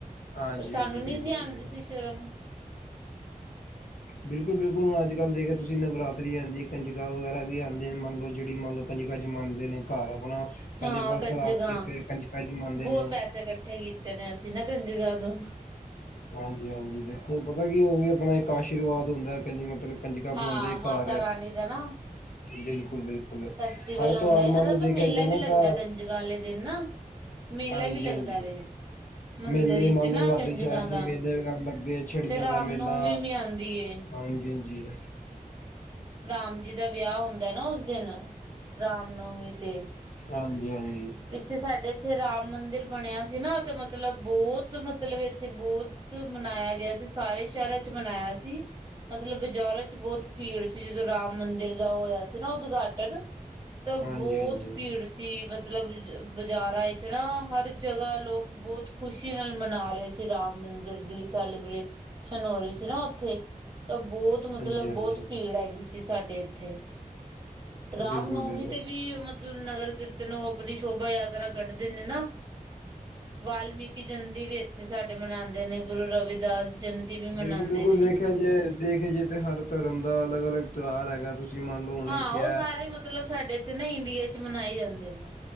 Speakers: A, on the left; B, on the right.
A: ਹਾਂਜੀ
B: ਪਰ ਸਾਨੂੰ
A: ਹਾਂਜੀ ਬਿਲਕੁਲ
B: ਨੀ ਸੀ ਆਉਂਦੀ
A: ਸਹੀ
B: ਸੀ
A: ਗੱਲ
B: ਸ਼ਰਮ,
A: ਬਿਲਕੁਲ-ਬਿਲਕੁਲ ਹੁਣ ਅੱਜ-ਕੱਲ ਦੇਖਿਆ ਤੁਸੀਂ ਨਵਰਾਤਰੀ ਆਉਂਦੀ ਹੈ, ਕੰਜਕਾ ਵਗੈਰਾ ਵੀ ਆਉਂਦੇ ਮੰਨ ਲਓ ਜਿਹੜੀ ਮੰਨ ਲਓ, ਕੰਜਕਾ ਚ ਮੰਨਦੇ ਨੇ ਘਰ ਆਪਣਾ ਪਹਿਲੇ
B: ਹਾਂ
A: ਵਰਤ
B: ਕੰਜਕਾਂ
A: ਰੱਖ ਕੇ ਫਿਰ ਕੰਜਕਾ ਚ ਮੰਨਦੇ
B: ਬਹੁਤ
A: ਨੇ,
B: ਪੈਸੇ ਇਕੱਠੇ ਕੀਤੇ ਨੇ ਅਸੀਂ ਨਾ ਕੰਜਕਾਂ ਤੋਂ,
A: ਹਾਂਜੀ-ਹਾਂਜੀ! ਦੇਖੋ ਪਤਾ ਕੀ ਉਹ ਵੀ ਆਪਣਾ ਇੱਕ ਆਸ਼ੀਰਵਾਦ ਹੁੰਦਾ ਹੈ, ਕਹਿੰਦੇ ਮਤਲਬ, ਕੰਜਕਾਂ
B: ਹਾਂ!
A: ਬੁਲਾਂਦੇ
B: ਮਾਤਾ
A: ਘਰ
B: ਰਾਣੀ ਦਾ ਨਾ
A: ਬਿਲਕੁਲ-ਬਿਲਕੁਲ
B: ਫੈਸਟੀਵਲ
A: ਹਰ
B: ਹੁੰਦਾ,
A: ਤਿਉਹਾਰ ਮੰਨ
B: ਇਹਨਾਂ ਦਾ
A: ਲਓ ਦੇਖਿਆ
B: ਤਾਂ ਮੇਲਾ
A: ਜਾਏ
B: ਵੀ
A: ਨਾ
B: ਲੱਗਦਾ
A: ਤਾਂ
B: ਕੰਜਕਾਂ ਵਾਲੇ ਦਿਨ ਨਾ ਮੇਲਾ
A: ਹਾਂਜੀ-ਹਾਂਜੀ
B: ਵੀ ਲੱਗਦਾ ਵੇ ਮੰਦਿਰ
A: ਮੇਲੇ
B: ਵਿੱਚ
A: ਮੰਨ
B: ਨਾ
A: ਲਓ ਸਾਡੇ
B: ਕੰਜਕਾਂ
A: ਸ਼ਹਿਰ
B: ਦਾ
A: ਚ ਮੇਲੇ ਵੀ ਕਰਨ ਲੱਗਦੇ ਆ ਛੜੀਆਂ
B: ਫਿਰ ਰਾਮ
A: ਦਾ ਮੇਲਾ
B: ਨੌਮੀ ਵੀ ਆਉਂਦੀ ਏ
A: ਹਾਂਜੀ ਹਾਂਜੀ
B: ਰਾਮ ਜੀ ਦਾ ਵਿਆਹ ਹੁੰਦਾ ਨਾ ਉਸ ਦਿਨ ਰਾਮ ਨੌਮੀ ਤੇ
A: ਹਾਂਜੀ ਹਾਂਜੀ
B: ਪਿੱਛੇ ਸਾਡੇ ਇੱਥੇ ਰਾਮ ਮੰਦਿਰ ਬਣਿਆ ਸੀ ਨਾ ਤੇ ਮਤਲਬ ਬਹੁਤ ਮਤਲਬ ਇੱਥੇ ਬਹੁਤ ਮਨਾਇਆ ਗਿਆ ਸੀ ਸਾਰੇ ਸ਼ਹਿਰਾਂ ਚ ਮਨਾਇਆ ਸੀ ਮਤਲਬ ਬਜ਼ਾਰਾਂ ਚ ਬਹੁਤ ਭੀੜ ਸੀ, ਜਦੋਂ ਰਾਮ ਮੰਦਿਰ ਦਾ ਹੋਇਆ ਸੀ ਨਾ ਉਦਘਾਟਨ ਤਾਂ ਬਹੁਤ
A: ਹਾਂਜੀ-ਹਾਂਜੀ,
B: ਭੀੜ ਸੀ ਮਤਲਬ ਬਾਜ਼ਾਰਾਂ ਇਚ ਨਾ ਹਰ ਜਗ੍ਹਾਹ ਲੋਕ ਬਹੁਤ ਖ਼ੁਸ਼ੀ ਨਾਲ ਮਨਾ ਰਹੇ ਸੀ ਰਾਮ ਮੰਦਿਰ ਦੀ ਸੈਲੀਬ੍ਰੇ ਸਨੋਰੀ ਸੀ ਨਾ ਉੱਥੇ ਤਾਂ ਬਹੁਤ ਮਤਲਬ
A: ਹਾਂਜੀ-ਹਾਂਜੀ।
B: ਬਹੁਤ ਭੀੜ ਹੈਗੀ ਸੀ ਸਾਡੇ ਇੱਥੇ ਰਾਮ
A: ਬਿਲਕੁਲ
B: ਨੌਮੀ
A: ਬਿਲਕੁਲ
B: ਤੇ ਵੀ ਮਤਲ ਨਗਰ ਕੀਰਤਨ ਉਹ ਆਪਣੀ ਸ਼ੋਭਾ ਯਾਤਰਾ ਕੱਢਦੇ ਨੇ ਨਾ, ਵਾਲਮੀਕ ਜਯੰਤੀ ਵੀ ਇੱਥੇ ਸਾਡੇ ਮਨਾਉਂਦੇ ਨੇ ਗੁਰੂ ਰਵਿਦਾਸ ਜਯੰਤੀ ਵੀ
A: ਬਿਲਕੁਲ
B: ਮਨਾਉਂਦੇ
A: ਬਿਲਕੁਲ
B: ਨੇ
A: ਦੇਖਿਆ ਜੇ ਦੇਖੇ ਜਾਏ ਤੇ ਹਰ ਧਰਮ ਦਾ ਅਲੱਗ ਅਲੱਗ ਤਿਉਹਾਰ ਹੈਗਾ ਤੁਸੀਂ ਮੰਨ ਲਓ ਹੁਣੇ
B: ਹਾਂ
A: ਕਿਹਾ
B: ਉਹ ਸਾਰੇ ਮਤਲਬ ਸਾਡੇ ਇੱਥੇ ਨਾ ਇੰਡੀਆ ਚ ਮਨਾਏ ਜਾਂਦੇ ਨੇ